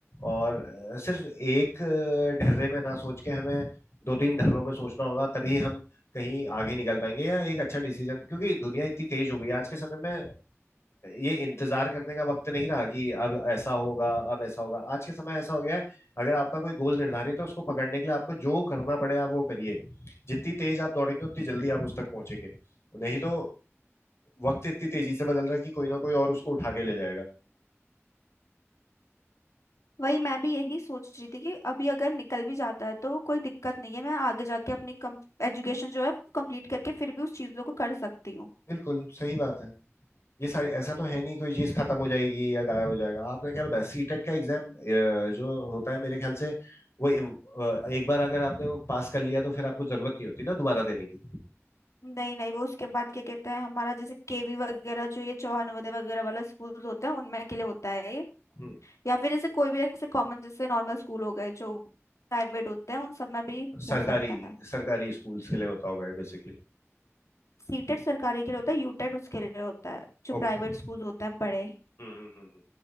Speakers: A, on the left; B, on the left.
A: और अ, सिर्फ एक अ, ढर्रे में ना सोच के हमें दो तीन ढर्रों में सोचना होगा तभी हम कहीं आगे निकल पाएंगे या एक अच्छा डिसीजन क्योंकि दुनिया इतनी तेज हो गई है आज के समय में ये इंतजार करने का वक्त नहीं रहा कि अब ऐसा होगा अब ऐसा होगा आज के समय ऐसा हो गया है अगर आपका कोई गोल निर्धारित है उसको पकड़ने के लिए आपको जो करना पड़े आप वो करिए जितनी तेज आप दौड़ेंगे उतनी जल्दी आप उस तक पहुंचेंगे नहीं तो वक्त इतनी तेजी से बदल रहा है कि कोई ना कोई और उसको उठा के ले जाएगा
B: वही मैं भी यही सोच रही थी कि अभी अगर निकल भी जाता है तो कोई दिक्कत नहीं है मैं आगे जाके अपनी एजुकेशन जो है कंप्लीट करके फिर भी उस चीज़ों को कर सकती हूँ
A: बिल्कुल सही बात है ये सारी ऐसा तो है नहीं कोई चीज खत्म हो जाएगी या गायब हो जाएगा आपने क्या बताया सीटेट का एग्जाम जो होता है मेरे ख्याल से वो ए- अ, एक बार अगर आपने वो पास कर लिया तो फिर आपको जरूरत नहीं होती ना दोबारा देने की
B: नहीं नहीं वो उसके बाद क्या कहते हैं हमारा जैसे केवी वगैरह जो ये चौहान नवोदय वगैरह वाला स्कूल होता है उनमें के लिए होता है ये
A: हम्म
B: या फिर जैसे कोई भी ऐसे कॉमन जैसे नॉर्मल स्कूल हो गए जो प्राइवेट होते हैं उन सब में भी
A: सरकारी
B: हो सकता है
A: सरकारी स्कूल्स के लिए होता होगा ये बेसिकली
B: सीटेट सरकारी के लिए होता है यूटेट उसके लिए होता है जो प्राइवेट
A: ओके
B: स्कूल होते हैं बड़े
A: हम्म हम्म हम्म, हम्म।